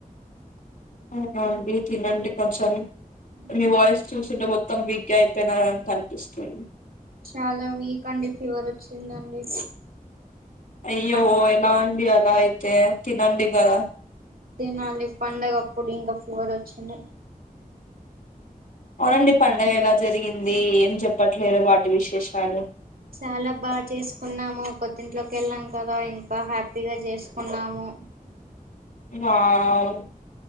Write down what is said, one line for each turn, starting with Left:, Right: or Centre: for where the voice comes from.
Left: సరే అండి తినండి కొంచెం
Right: ఉమ్
Left: మీ వాయిస్ చూస్తుంటె పో మొత్తం వీక్గా అయిపోయినార అంట కనిపిస్తుంది.
Right: చాల వీక్ అండి ఫీవర్ వచ్చిందండి.
Left: అయ్యో
Right: పం
Left: ఎలా అండి ఎలా అయితే తినండిగద
Right: తినాలి పండగ అప్పుడు ఇంక ఫీవర్ వచ్చింద
Left: అవునండి పండగ ఎలా జరిగింది ఏం చెప్పట్లేదు వాటి విశేషాలు
Right: చాల బా చేసుకున్నాము కొద్దింట్లోకి వెళ్ళాం కదా ఇంకా హ్యాపీగా చేసుకున్నాము
Left: వావ్